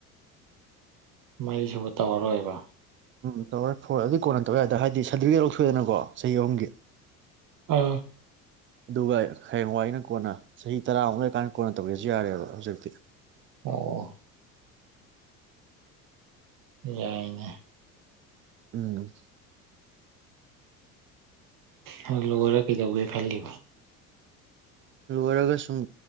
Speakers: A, on the right (about 45°); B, on the right (about 25°).
A: ꯃꯥꯏꯗꯤ ꯁꯨꯕ ꯇꯧꯔꯔꯣꯏꯕ
B: ꯎꯝ ꯇꯧꯔꯦ ꯐꯣꯏꯦ ꯑꯗꯨꯏ ꯀꯣꯟꯅ ꯇꯧꯔꯦ ꯑꯗ ꯍꯥꯏꯗꯤ ꯁꯥꯔꯇꯤꯐꯤꯀꯦꯠ ꯂꯧꯊꯣꯛꯑꯦꯗꯅꯀꯣ ꯆꯍꯤ ꯑꯍꯨꯝꯒꯤ
A: ꯑꯥ
B: ꯑꯗꯨꯒ ꯍꯌꯦꯡꯋꯥꯏꯩꯅ ꯀꯣꯟꯅ ꯆꯍꯤ ꯇꯔꯥꯃꯨꯛ ꯂꯩꯔꯀꯥꯟꯗ ꯀꯣꯟꯅ ꯇꯧꯒꯦꯁꯤ ꯌꯥꯔꯦꯕ ꯍꯧꯖꯤꯛꯇꯤ
A: ꯑꯣ ꯌꯥꯏꯅꯦ
B: ꯎꯝ
A: ꯍ ꯂꯔ ꯀꯗꯧꯕꯦ ꯐꯜꯂꯤꯕ
B: ꯂꯣꯏꯔꯒ ꯁꯨꯝ